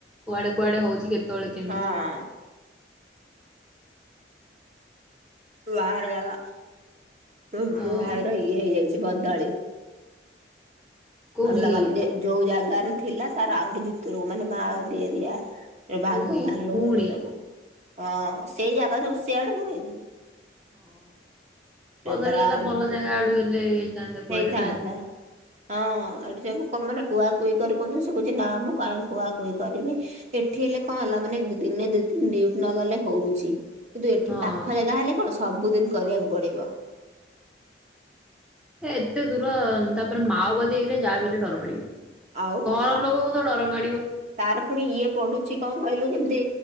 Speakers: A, in the centre; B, on the right.
A: କୁଆଡ଼େ କୁଆଡ଼େ ହଉଚି କେତେବେଳେ କେମିତି।
B: ହଁ ବାହାର ଜାଗ ତ ମୋଭାଇର
A: ହଁ
B: ଇଏ ହେଇଯାଇଛି ବଦଳୀ।
A: କୋଉଠି
B: ଅଲଗା
A: ହେଇଛି
B: ଯେ ଯୋଉ ଜାଗାରେ ଥିଲା ତାର ଆହୁରି ଭିତରୁକୁ ମାନେ ମାଓବାଦୀ ଏରିଆ। ଏ ବାଘ
A: ଓ ହେଇ
B: ଭାଲ
A: ପୁଣି
B: ଏ ସବୁ ହଁ ସେଇ ଜାଗା ସବୁ ସେଆଡ଼େ ନୁହେଁକି।
A: ହଁ ବଦଳୀ
B: ତାର
A: ହେଲା
B: ଆହୁରି
A: ଭଲ
B: ବି
A: ଜାଗା ଆଡ଼ୁ ହେଲେ ହେଇଥାନ୍ତା କୁଆଡ଼େନା।
B: ହେଇଥାନ୍ତା ହଁ ଏଠି ସବୁ କ ମାନେ କୁଆ କୁଇ କରି କହୁଛନ୍ତି ସେ କହୁଚି ନା ମୁଁ କାହିଁ କୁଆ କୁହି କରିବି। ଏଠି ହେଲେ କଣ ହେଲା ମାନେ ଦିନେ ଦିଦିନି ଡିଉଟି ନଗଲେ ହଉଚି। କିନ୍ତୁ ଏଠି
A: ହଁ
B: ପାଖ ଜାଗା ହେଲେ କଣ ସବୁଦିନ କରିବାକୁ ପଡ଼ିବ।
A: ଏତେ ଦୂର ତାପରେ ମାଓବାଦୀ ଏଇରେ ଯାହାବି ହେଲେ ଡର ମାଡ଼ିବ।
B: ଆଉ।
A: ଘଁର ଲୋକଙ୍କୁତ ଡର ମାଡ଼ିବ।
B: ତାର ପୁଣି ଇଏ ପଡ଼ୁଛି କଣ କହିଲୁ ଯେମତି